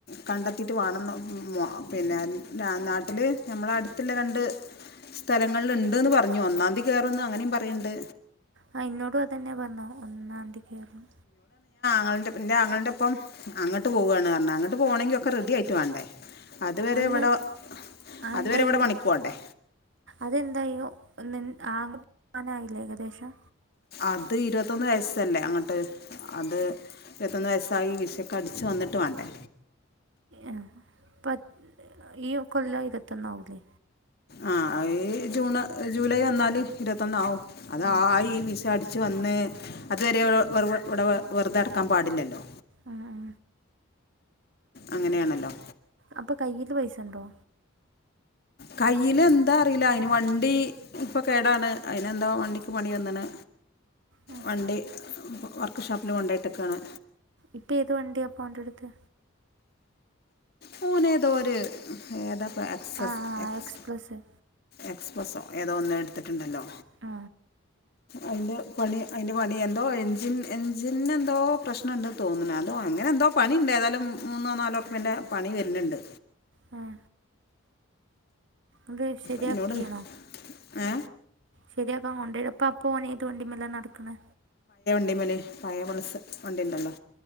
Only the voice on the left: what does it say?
കണ്ടെത്തീറ്റ് വേണന്ന് ഉം പിന്നെ നാട്ടില് നമ്മളെ അടുത്തുള്ള രണ്ട് സ്ഥലങ്ങളിൽ ഇണ്ട്ന്ന് പറഞ്ഞു ഒന്നാംതീ കേറും അങ്ങനേം പറയണ്ട്.
<unintelligible> ന്റെ ആങ്ങളേടൊപ്പം അങ്ങട്ട് പോവാണ് പറഞ്ഞ് അ ങ്ങട്ട് പോണെങ്കി ഒക്കെ റെഡി ആയിട്ട് വേണ്ടേ? അതുവരെ
ഇവിടെ
അതുവരെ ഇവിടെ പണിക്ക് പോകണ്ടേ
അത് ഇരുവത്തൊന്ന് വയസ്സല്ലേ? അങ്ങട്ട് അത്. അത് ഇരുപത്തൊന്ന് വയസ്സായി വിശക്കടിച്ചു വന്നിട്ട് വേണ്ടേ?
ആ. അ ഈ ജൂണ്, ജൂലൈ ഒന്നാല് ഇരുപത്തൊന്ന് ആവും. അത്
ആ ഈ വിശ അടി ച്ച് വന്ന് അതുവരെ വ് വെറു വെ വെർ, ഇവടെ വെർ വെർതെട്ക്കാൻ പാടില്ലല്ലോ.
അങ്ങനെയാണല്ലോ?
കയ്യില് എന്താ അറിയില്ല. അയിന് വണ്ടി ഇപ്പൊ കേടാണ്. അയിനെന്തോ വണ്ടിക്ക് പണി വന്നണ്.
വണ്ടി വർക്ക്ഷാപ്പില് കൊണ്ടയിട്ടിക്കയാണ്.
മോനേതോര് ഏതാ? എക്സസ്
എക്സ്.
എക്സ്പ്ലസോ ഏതോ ഒന്ന് എട്ത്തിട്ടുണ്ടല്ലോ?
അയിന്റെ പണി അയിന്റെ പണി എന്തോ എഞ്ചിൻ എഞ്ചിന് എന്തോ പ്രശ്നണ്ട് തോന്നണ്. അതോ അങ്ങനെ എന്തോ പണിയിണ്ട്. ഏതാലും മൂന്നോ നാലോ ഉർപ്യന്റെ പണി വര്ന്ണ്ട്.
എന്നോട് ഏ
ണ്ടിമലേ പയേ പൾസ് വണ്ടി ഇണ്ടല്ലോ?